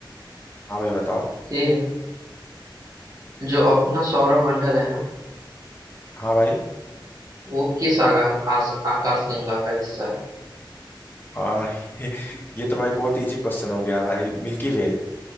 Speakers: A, on the left; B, on the right.
A: हाँ भाई बताओ
B: ठीक है जो अपना सौरमंडल है ना
A: हाँ भाई
B: वो किस आगा, आस, आकाश गंगा का हिस्सा है
A: आ, <laughs> ये तो भाई बहुत इजी क्वेश्चन हो गया भाई मिल्की वे